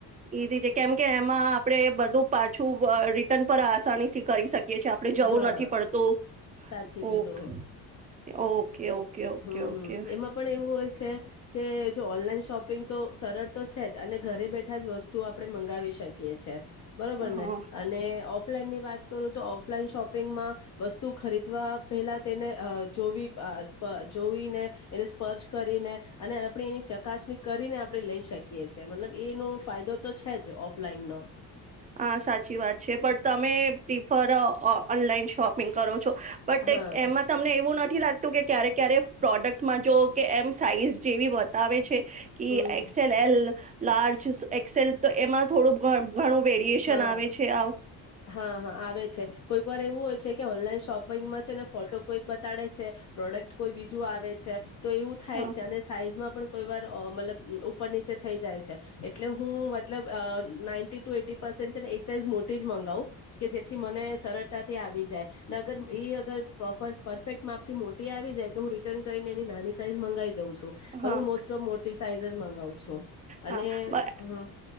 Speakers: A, on the right; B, on the left.
A: ઈઝી છે, કેમ કે એમાં આપડે બધું પાછું રિટર્ન પર આસાની સી કરી સકીએ છે, આપડે જવું
B: હા
A: નથી પડતું.
B: સાચી કીધું
A: ઓકે, ઓકે, ઓકે. ઓકે
B: હમ,
A: ઓકે
B: હમ, એમાં પણ એવું હોય છે કે જો ઓનલાઈન શોપિંગ તો સરળ તો છે જ અને ઘરે બેઠા જ વસ્તુ આપણેે મંગાવી શકીએ છે. બરોબર
A: હા
B: ને? અને ઓફલાઈનની વાત કરું તો, ઓફલાઈન શોપિંગમાં વસ્તુ ખરીદવા પહેલા તેને અ જોબી અ જોવી ને એને સ્પર્શ કરીને, અને આપણે એની ચકાસણી કરીને, આપણે લઈ શકીએ છે. મતલબ, એનો ફાયદો તો છે જ ઓફલાઈનનો.
A: હા, સાચી વાત છે બટ તમે પ્રિફર અ, અ ઓનલાઈન શોપિંગ કરો છો? બટ
B: હા
A: એક એમાં તમને એવું નથી લાગતું કે ક્યારેક ક્યારેક પ્રોડક્ટ માં જો કે એમ સાઈઝ જેવી બતાવે છે કે
B: હમ
A: X L L large Excel તો એમાં થોડું ઘણું વેરિએશન
B: હા,
A: આવે છે આવ
B: હા હા આવે છે. કોઈક વાર એવું હોય છે કે ઓનલાઈન શોપિંગમાં છે ને ફોટો કોઈક બતાડે છે પ્રોડક્ટ કોઈ બીજું આવે છે, તો એવું
A: હા
B: થાય છે અને સાઈઝમાં પણ કોઈ વાર મતલબ ઉપર નીચે થઈ જાય છે. એટલે હું મતલબ નાઇન્ટ ટુ એ છે ને એકસાઇઝ મોટી જ મગાવું. કે જેથી મને સરળતા થી આવી જાય. અગર એ અગર પ્રોપર પરફેક્ટ માપ થી મોટી આવી જાય તો હું રિટર્ન કરીને એની નાની સાઈઝ મંગાવી ઉ છું,
A: હા
B: હું મોસ્ટ ઓફ મોટી સાઇઝ મગાવું છું, અને
A: હા
B: હમ